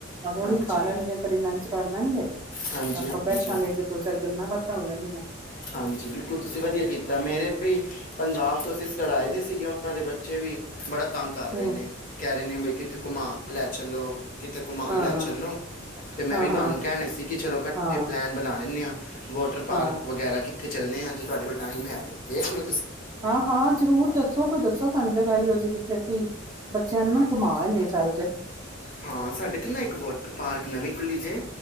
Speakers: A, on the right; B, on the left.
A: ਆਕੇ ਉਹ
B: ਹਾਂਜੀ
A: ਵੀ ਖਾ ਲੈਣਗੇ ਤੇਰੀ ਲੰਚ ਕਰ ਲੈਣਗੇ,
B: ਹਾਂਜੀ
A: ਆਪਾਂ
B: ਹਾਂਜੀ
A: ਬੈਠਾਂਗੇ ਦੋ-ਚਾਰ ਗੱਲਾਂ ਬਾ ਤਧੋ ਲੈਨੀਆ।
B: ਹਾਂਜੀ, ਬਿਲਕੁਲ ਤੁਸੀਂ ਵਧੀਆ ਕੀਤਾ ਮੇਰੇ ਵੀ ਪੰਜਾਬ ਤੋਂ ਸਿਸਟਰ ਆਏ ਤੇ ਸੀਗੇ ਉਹਨਾਂ ਦੇ ਬੇ ਬੱਚੇ ਵੀ ਬੜਾ ਤੰਗ ਕਰ
A: ਹਮ
B: ਰਹੇ ਨੇ ਕਹਿ ਰਹੇ ਨੇ ਵੀ ਕਿੱਥੇ ਘੁੰਮਾ ਲੈ ਚੱਲੋ। ਕਿੱਥੇ ਘੁੰਮਾਨ
A: ਹਾਂ
B: ਲੈ
A: ਹਾਂ
B: ਚਲੋ। ਅਤੇ ਮੈਂ
A: ਹਾਂ
B: ਵੀ
A: ਹਾਂ
B: ਤੁਹਾਨੂੰ ਕਹਿਣੇ ਸੀ ਕਿ ਚਲੋ ਇਕੱਠੇ
A: ਹਾਂ
B: ਪਲੈਨ ਬਣਾਣ ਚਲੇ ਆ। ਵਾਟਰ ਪਾਰਕ
A: ਹਾਂ
B: ਵਗੈਰਾ ਕਿੱਥੇ? ਚੱਲਦੇ ਹਾਂ ਜੇ ਤੁਹਾਡੇ ਕੋਲ ਟਾਈਮ ਹੈ ਤੇ ਦੇਖ ਨੂੰ
A: ਹਾਂ-ਹਾਂ, ਜ਼ਰੂਰ ਦੱਸੋ ਕੋਈ ਦੱਸੋ, ਸਾਨੂੰ ਜਗ੍ਹਈ ਏਹੋਜੀ। ਅਸੀਂ ਬੱਚਿਆਂ ਨੂੰ ਨਾ ਘੂਮਾ ਹੀਏ ਚੱਲ ਕੇ
B: ਹਾਂ, ਸਾਡੇ ਇਥੇ ਨਾ ਇੱਕ ਵੋਟਰ ਪਾਰਕ ਨਵੀਂ ਖੁੱਲੀ ਜੇ।